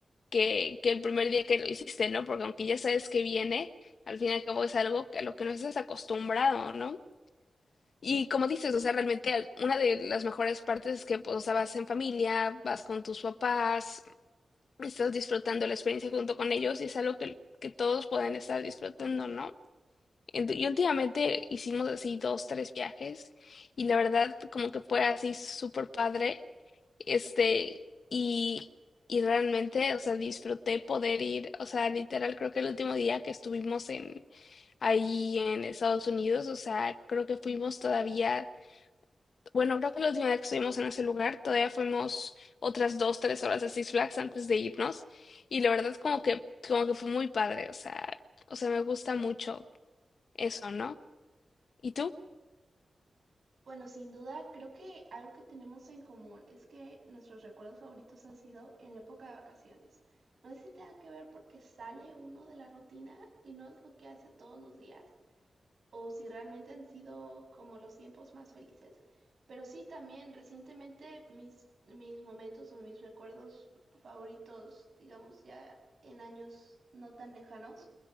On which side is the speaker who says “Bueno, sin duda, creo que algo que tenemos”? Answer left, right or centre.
Right